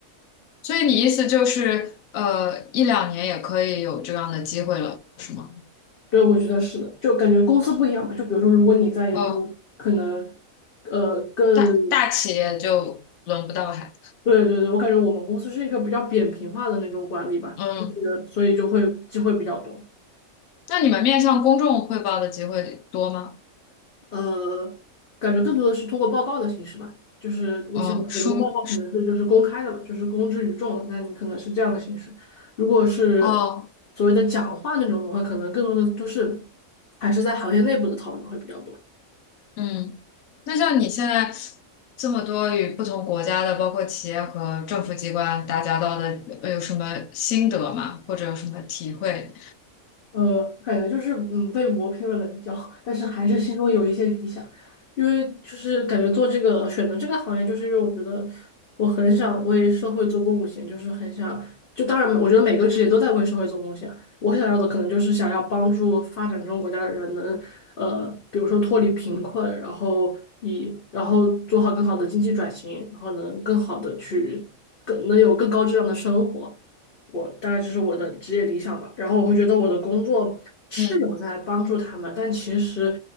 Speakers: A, on the left (about 75°); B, on the left (about 50°).
A: 所以你意思就是，呃，一两年也可以有这样的机会了，是吗？
B: 对，我觉得是的，就感觉公司不一样吧。就比如说，如果你在一个可能，
A: 哦
B: 呃，更，
A: 大大企业就轮不到还，
B: 对对对，我感觉我们公司是一个比较扁平化的那种管理吧，
A: 嗯，
B: 就是所以就会机会比较多。
A: 那你们面向公众汇报的机会多吗？
B: 呃，感觉更多的是通过报告的形式吧，就是你想我们的报告可能是就是公开的嘛，
A: 哦，书，
B: 就是公之于众的，那你可能是这样的形式。如果是
A: 哦，
B: 所谓的讲话那种的话，可能更多的就是还是在行业内部的讨论会比较多。
A: 嗯，那像你现在这么多与不同国家的，包括企业和政府机关打交道的，呃有什么心得吗？或者有什么体会？
B: 呃，感觉就是嗯被磨平了棱角，<laughs> 但是还是心中有一些理想，因为就是感觉做这个选择这个行业，就是因为我觉得我很想为社会做贡献，就是很想就当然我觉得每个职业都在为社会做贡献啊，我想要的可能就是想要帮助发展中国家的人能呃比如说脱离贫困，然后以然后做好更好的经济转型，然后能更好的去更能有更高质量的生活。我大概就是我的职业理想吧。然后我会觉得我的工作是有在帮助他们，
A: 嗯
B: 但其实